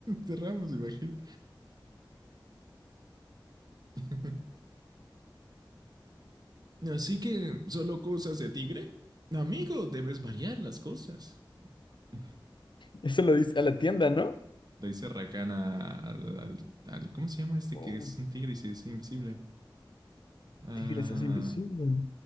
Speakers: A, on the right (about 50°); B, on the left (about 70°).
A: Cerramos. imagino. <laughs> Así que, ¿solo cosas de tigre? Amigo, debes variar las cosas. Le
B: Eso lo dice a la tienda, ¿no?
A: dice Rakana al, al, al- ¿Cómo se llama este
B: Oh,
A: que es un tigre y se es invisible? Ah,
B: tigre se hace invisible.